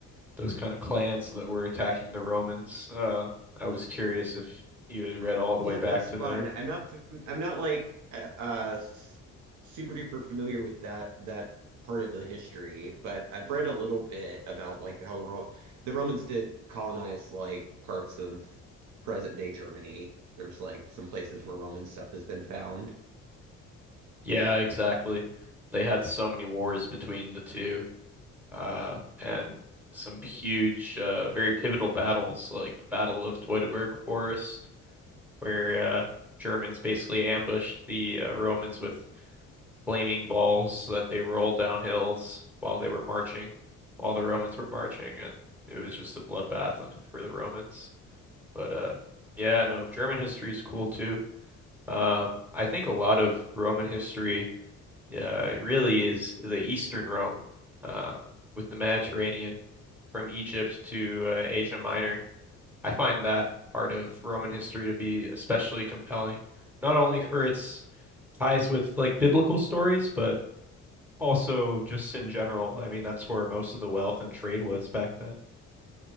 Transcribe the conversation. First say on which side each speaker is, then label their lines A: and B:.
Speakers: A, in the centre; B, on the right (about 55°).
A: those kind of clans that were attacking the Romans. Uh, I was curious if you had read all
B: Yeah,
A: the way back
B: that's
A: to
B: fun.
A: there.
B: I'm not fam- I'm not like uh uh, s- super duper familiar with that that part of the history, but I've read a little bit about like how the Ro the Romans did colonize like parts of present day Germany. There's like some places where Roman stuff has been found.
A: Yeah, exactly. They had so many wars between the two, uh, and some huge, uh, very pivotal battles, like the Battle of Teutoburg Forest, where uh, Germans basically ambushed the uh, Romans with flaming balls so that they rolled down hills while they were marching, while the Romans were marching, and it was just a bloodbath for the Romans. But uh, yeah, no, German history is cool too. Um, I think a lot of Roman history yeah, it really is the Eastern Rome, um, with the Mediterranean from Egypt to uh, Asia Minor. I find that part of Roman history to be especially compelling, not only for its ties with like biblical stories, but also, just in general, I mean, that's where most of the wealth and trade was back then.